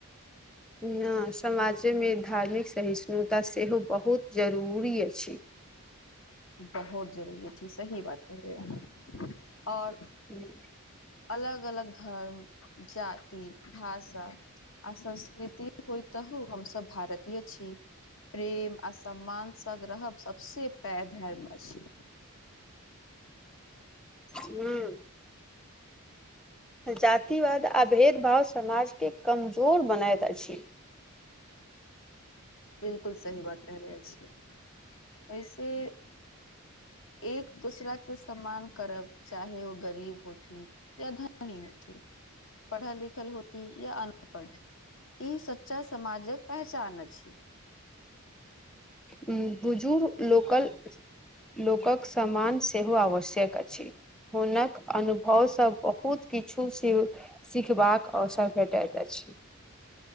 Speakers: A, in the centre; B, on the left (about 60°).
A: न समाजेमे धार्मिक सहिष्णुता सेहो बहुत जरूरी अछि।
B: बहुत जरूरी छै, सही बात कर रहे अहाँ, और
A: हूँ।
B: अलग-अलग धर्म, जाति, भाषा। आ संस्कृति होइ तहु हमसभ भारतीय छी। प्रेम आ सम्मान संग रहब सभसँ पैघ धर्म अछि।
A: ह्म्म जातिवाद आ भेदभाव समाजके कमजोर बनैत अछि।
B: बिलकुल सही बात क रहले छियै ऐसे एक दूसरा के सम्मान करब चाहे ओ गरीब होखी या धनी होखी। पढ़ल लिखल होती या अनपढ़। ई सच्चा समाजक पहचान अछि।
A: हूँ बुझु लोकल। लोकक सम्मान सेहो आवश्यक अछि। हुनक अनुभवसँ बहुत किछु स सिखबाक अवसर भेटैत अछि।